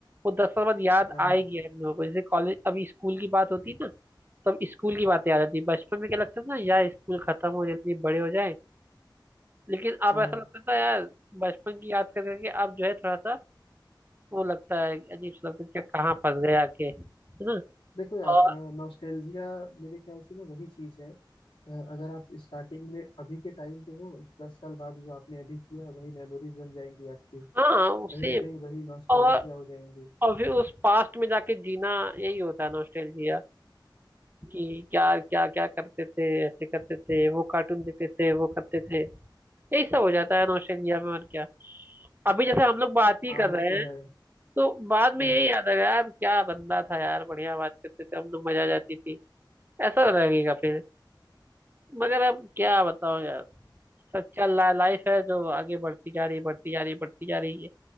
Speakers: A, on the right; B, on the left.
A: वो दस साल बाद याद
B: हाँ
A: आएगी
B: हाँ
A: हम लोगों को जैसे कॉलेज अभी स्कूल की बात होती है ना तब स्कूल की बात याद आती है बचपन में क्या लगता था ना यार स्कूल खत्म हो जल्दी बड़े हो जाए लेकिन अब
B: हाँ
A: ऐसा
B: हाँ
A: लगता था यार बचपन की याद कर करके अब जो है थोड़ा सा वो लगता है अजीब सा लगता है कि कहाँ फंस गए आके है ना
B: देखो यार
A: और
B: नॉस्टैल्जिया मेरे ख्याल से ना वही चीज है अ, अगर आप स्टार्टिंग में अभी के टाइम पे हो दस साल बाद जो आपने अभी किया है, वही मेमोरीज बन जाएंगी आपकी
A: हाँ हाँ उसे
B: कहीं ना कहीं वही नॉस्टैल्जिया
A: और
B: हो जाएंगी
A: और फिर उस पास्ट में जाके जीना यही होता है नॉस्टैल्जिया कि यार क्या क्या करते थे ऐसे करते थे वो कार्टून देखते थे वो करते थे यही सब हो जाता है नॉस्टैल्जिया में और क्या अभी जैसे हम लोग बात ही
B: हाँ
A: कर
B: वो
A: रहे
B: तो
A: हैं
B: है
A: तो बाद में
B: हाँ
A: यही याद आएगा यार क्या बंदा था यार बढ़िया बात करते थे हम लोग मजा आ जाती थी ऐसा तो लगेगा फिर मगर अब क्या बताओ यार सच्चा ला, लाइफ है जो आगे बढ़ती जा रही बढ़ती जा रही बढ़ती जा रही है